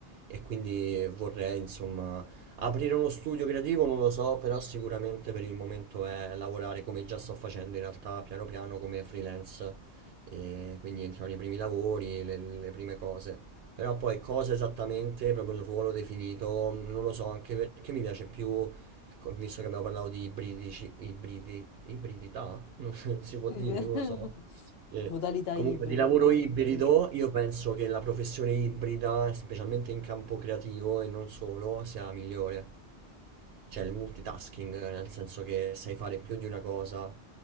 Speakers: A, on the right (about 70°); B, on the left (about 65°).
A: e quindi vorrei, insomma, aprire uno studio creativo, non lo so, però sicuramente per il momento è lavorare come già sto facendo in realtà, piano piano come freelance e quindi entrano i primi lavori, le, le prime cose. Però poi cosa esattamente, proprio il ruolo definito, non lo so, anche perché mi piace più, ecco, visto che abbiamo parlato di ibridici, ibridi, ibridità, <laughs> non si può
B: <laughs>
A: dire, non lo so. Eh,
B: Modalità
A: Comunque
B: ibrida,
A: di lavoro
B: boh.
A: ibrido,
B: Mm.
A: io penso che la professione ibrida, specialmente in campo creativo e non solo, sia la migliore. Cioè il multitasking, nel senso che sai fare più di una cosa